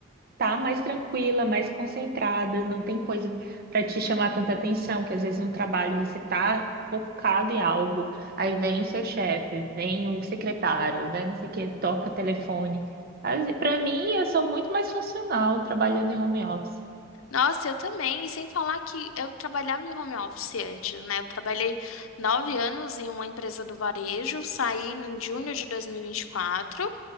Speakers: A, on the right; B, on the left.
A: tá mais tranquila, mais concentrada, não tem coisa para te chamar tanta atenção, que às vezes no trabalho você tá focado em algo, aí vem o seu chefe, vem o secretário, vem não sei o que, toca telefone. Para mim, eu sou muito mais funcional trabalhando em home office.
B: Nossa, eu também. E sem falar que eu trabalhava em home office antes, né? Eu trabalhei nove anos em uma empresa do varejo, saí em junho de dois mil e vinte e e quatro